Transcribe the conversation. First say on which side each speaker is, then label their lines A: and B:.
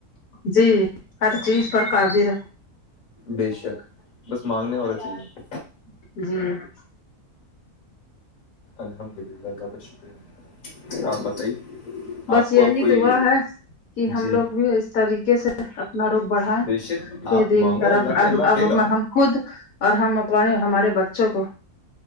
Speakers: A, on the left; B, on the left.
A: جی ہر چیز پر قادر
B: بے شک بس مانگنے والا چاہیے
A: <inaudible>
B: الحمد للہ اللہ کا شکریہ آپ بتائیے
A: بس
B: آپ کو
A: یہی
B: اب کوئی
A: دعا ہے کہ ہم
B: جی
A: لوگ بھی اس طریقے سے اپنا روخ بڑھیں
B: بے شک
A: کے
B: آپ
A: دن
B: مانگو
A: طرف
B: اللہ سے اللہ
A: اب
B: دے گا
A: ہم خود اور ہم اپنے ہمارے بچوں کو